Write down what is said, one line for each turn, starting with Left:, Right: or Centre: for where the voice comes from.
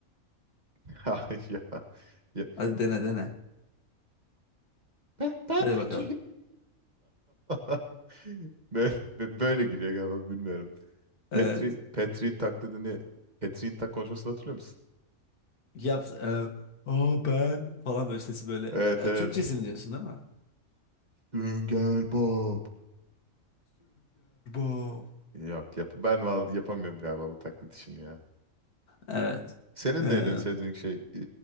Right: <laughs> Ay ya. ya.
Left: Hadi dene dene.
Right: Pa- Patrick.
Left: Hadi bakalım.
Right: <laughs> Böyle, böyle gülüyor galiba bilmiyorum. Petrin,
Left: Evet.
Right: Petrin taklidini Petrin tak konuşmasını hatırlıyor musun?
Left: Yap. e, o falan böyle sesi böyle.
Right: Evet
Left: E,
Right: evet.
Left: Türkçesini diyorsun değil mi?
Right: Sünger Bob.
Left: Stop.
Right: Yok yap ben val- yapamıyorum galiba bu taklit işini ya.
Left: Evet.
Right: Senin
Left: E,
Right: neydi en sevdiğin şey e,